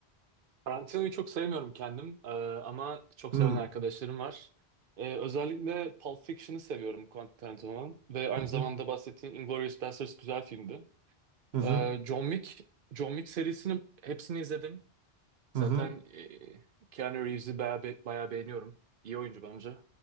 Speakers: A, on the right; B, on the right.
A: Karantinayı çok sevmiyorum kendim e, ama çok
B: Hı
A: seven arkadaşlarım var. E, özellikle Pulp Fiction'ı seviyorum Quentin Tarantino'nun ve aynı
B: hı
A: zamanda
B: hı
A: bahsettiğin Inglourious Basterds güzel filmdi.
B: hı hı
A: E, John Wick, John Wick serisini hepsini izledim.
B: hı
A: Zaten e, Keanu Reeves'i bayağı, be- bayağı beğeniyorum. İyi oyuncu bence.